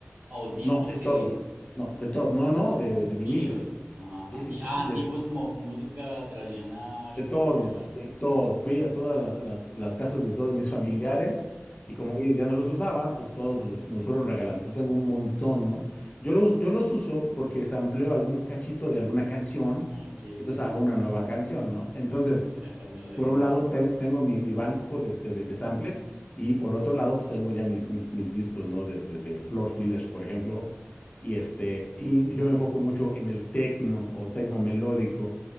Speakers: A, on the right (about 45°); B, on the left (about 30°).
A: O discos
B: No, de todo.
A: CDs.
B: No, de todo. No, no, de, de viniles.
A: Vinilos. Ajá.
B: Sí,
A: Anti
B: sí, sí,
A: ah,
B: sí,
A: antiguos
B: de,
A: como música tradicional,
B: de
A: cumbia.
B: todo, de todo. Fui a todas la- las, las casas de todos mis familiares y como ellos ya no los usaban, pues todos los- me los fueron regalando. Entonces tengo un montón, ¿no? Yo los, yo los uso porque sampleo algún cachito de alguna canción,
A: Ah, que
B: entonces hago una nueva canción, ¿no? Entonces,
A: Sí, sí, sí, acá es melodías.
B: por un lado ten- tengo mi, mi banco de, este, de, de samples y por otro lado pues, tengo ya mis, mis, mis discos, ¿no? Desde de Floor Fillers, por ejemplo. Y, este,
A: Mm,
B: y yo me enfoco mucho en el tecno o tecno melódico,